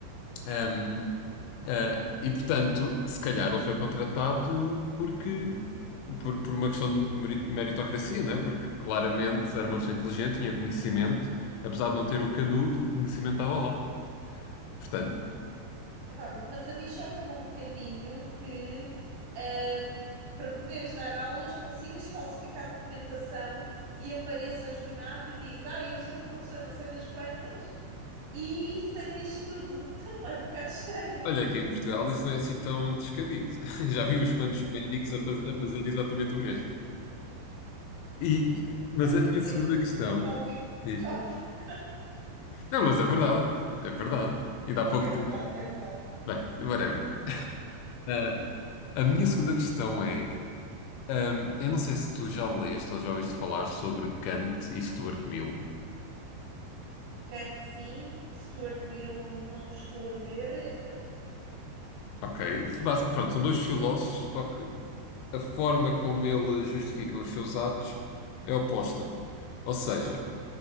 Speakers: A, on the left (about 80°); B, on the right (about 60°).
A: Um, ah, e portanto, se calhar ele foi contratado porque por, por uma questão de meri- meritocracia, não é? Porque claramente era uma pessoa inteligente, tinha conhecimento, apesar de não ter o canudo, o conhecimento estava lá. Portanto,
B: Epá, mas a mim choca-me um bocadinho que ahm, para poderes dar aulas consigas <laughs> falsificar documentação e apareças do nada e digas, ah, eu sou o professor não sei das quantas e sei disto tudo. <laughs> Epá, é um bocado estranho.
A: olha que em Portugal isso não é assim tão descabido. <laughs> Já vi uns quantos médicos a, faz- a fazer exatamente o mesmo. E, mas
B: Ai,
A: a minha segunda
B: é-
A: questão
B: que tópico, que
A: diz.
B: tópico.
A: Não, mas é verdade, é verdade. E dá pouco
B: É verdade,
A: tempo.
B: é verdade.
A: Bem, whatever. Ah, a minha segunda questão é: ahm, eu não sei se tu já leste ou já ouviste falar sobre Kant e Stuart Mill.
B: Kant sim, Stuart Mill não estou a ver. eh,
A: Ok. Basi- Pronto, são dois filósofos, só que a forma como eles justificam os seus atos é oposta. Ou seja,